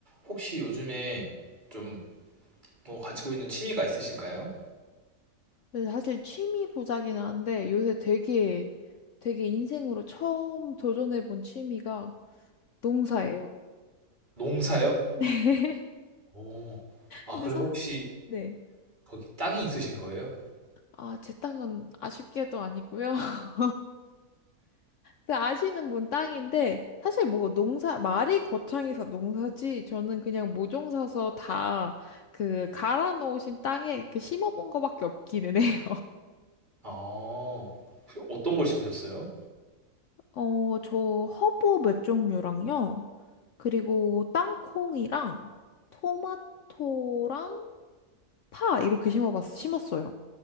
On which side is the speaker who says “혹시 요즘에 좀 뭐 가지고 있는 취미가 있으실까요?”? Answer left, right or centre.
Right